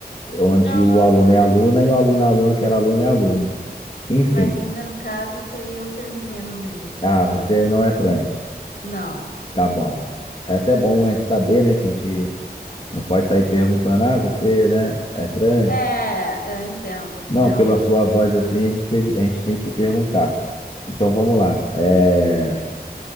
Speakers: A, on the left; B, on the left.
A: Onde
B: Não,
A: o
B: mas,
A: aluno
B: eu-
A: é aluna e o aluno é aluno, que era aluno é aluno. Enfim,
B: mas no meu caso seria o feminino mesmo.
A: ah, você não é trans.
B: Não.
A: Tá bom. É até bom a gente saber, né, que a gente não pode sair perguntando, ah, você, né, é trans?
B: É, eu entendo que
A: Não,
B: realmente.
A: pela sua voz assim, a gente teve, a gente tem que perguntar. Então vamos lá. É,